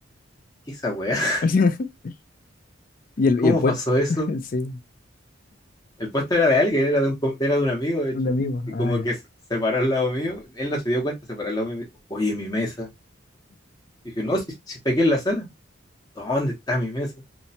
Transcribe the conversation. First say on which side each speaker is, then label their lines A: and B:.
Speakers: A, on the left (about 20°); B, on the left (about 45°).
A: ¿qué es esa weá? <laughs>
B: <laughs> Y el,
A: ¿Cómo
B: y el puente,
A: pasó eso?
B: <laughs> sí,
A: El puesto era de alguien, era de un, com- era de un amigo, de
B: un
A: hecho.
B: amigo.
A: Y
B: Ah,
A: como
B: ya.
A: que se se paró al lado mío, él no se dio cuenta, se paró al lado mío y me dijo, oye, mi mesa. Y dije, no, si, si está aquí en la sala, ¿dónde está mi mesa?